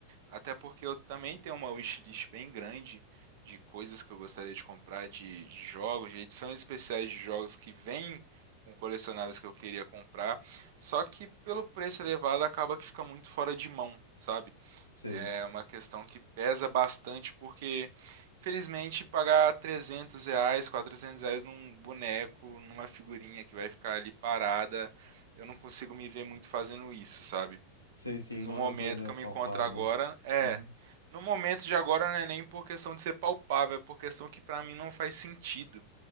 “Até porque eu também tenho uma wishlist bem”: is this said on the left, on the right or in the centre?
Right